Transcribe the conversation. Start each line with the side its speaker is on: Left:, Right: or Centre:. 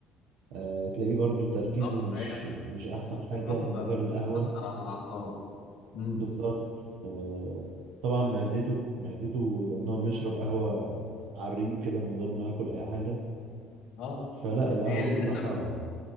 Right: آه تلاقيه برضو تركيزه
Left: بالظبط
Right: مش
Left: ما هي
Right: مش احسن حاجة
Left: بتأثر
Right: من غير القهوة
Left: بتأثر على الاعصاب امم
Right: بالظبط آه، طبعا معدته معدته لأن هو بيشرب قهوة على الريق كده من غير ما ياكل أي حاجة
Left: اه
Right: فلا القهوة
Left: هي للاسف
Right: بصراحة